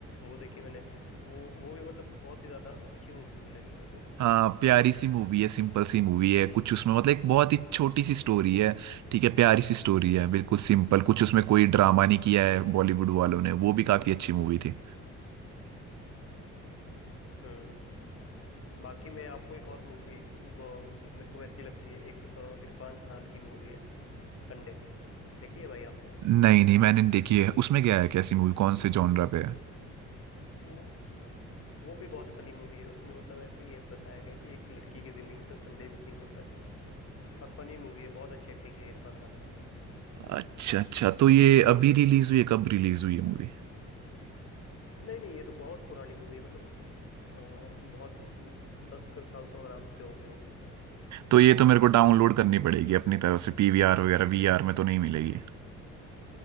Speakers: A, on the left; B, on the right.
A: वो देखी मैंने वो वो भी मतलब बहुत ही ज्यादा अच्छी मूवी लगी मेरे को
B: हाँ प्यारी सी मूवी है सिंपल सी मूवी है कुछ उसमें मतलब एक बहुत ही छोटी सी स्टोरी है ठीक है प्यारी सी स्टोरी है बिल्कुल सिंपल कुछ उसमें कोई ड्रामा नहीं किया है बॉलीवुड वालों ने वो भी काफी अच्छी मूवी थी
A: हम्म बाकी मैं आपको एक और मूवी मेरे को वैसी लगती है एक अ, इरफान खान की मूवी है संडे देखी है भाई आपने
B: नहीं नहीं मैंने देखी है उसमें क्या है कैसी मूवी कौन से जॉनरा पे है
A: वो वो भी बहुत फनी मूवी है उसमें मतलब ऐसे ही है बताया गया कि एक लड़की की जिंदगी से संडे मिसिंग होता है और फनी मूवी है बहुत अच्छी एक्टिंग की है इरफान खान ने
B: अच्छा अच्छा तो ये अभी रिलीज हुई है कब रिलीज हुई है मूवी
A: नहीं नहीं ये तो बहुत पुरानी मूवी है मतलब अ, बहुत दस कर साल तो आराम से हो गए होंगे इसे
B: तो ये तो मेरे को डाउनलोड करनी पड़ेगी अपनी तरफ से पीवीआर वगैरह वीआर में तो नहीं मिलेगी